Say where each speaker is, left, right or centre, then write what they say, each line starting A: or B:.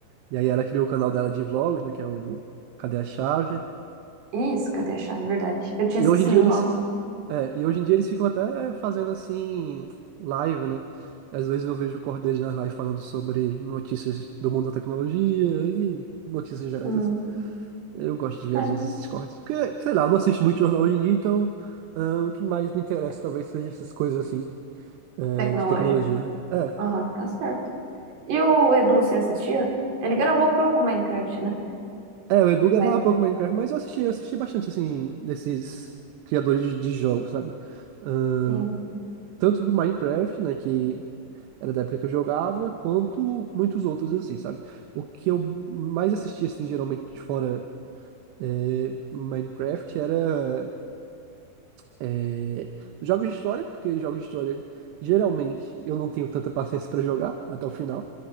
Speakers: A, on the right (about 80°); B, on the right (about 50°).
A: E aí ela criou o canal dela de vlogs, né? Que é o Cadê a Chave?
B: Isso, cadê a chave? Verdade. Eu tinha
A: E
B: esquecido
A: hoje em dia eles.
B: o nome.
A: É, e hoje em dia eles ficam até fazendo assim, live, né? Às vezes eu vejo o Cordeiro na live falando sobre notícias do mundo da tecnologia e notícias gerais
B: Hum,
A: assim. Eu gosto de ver
B: é,
A: às vezes esses cortes, porque, sei lá, eu não assisto muito jornal hoje em dia, então ah, o que mais me interessa talvez seja essas coisas assim, eh,
B: tecnológico.
A: de tecnologia. É,
B: Aham, tá certo. E o Edu, você assistia? Ele gravou pouco Minecraft, né?
A: É, o Edu gravava
B: Mas,
A: pouco Minecraft, mas eu assisti, eu assisti bastante, assim, desses criadores de, de jogos, sabe? Ahn,
B: assim,
A: tanto do Minecraft, né, que era da época que eu jogava, quanto muitos outros, assim, sabe? O que eu mais assistia, assim, geralmente fora é, Minecraft era é, jogos de história, porque jogos de história, geralmente, eu não tenho tanta <laughs> paciência pra jogar até o final.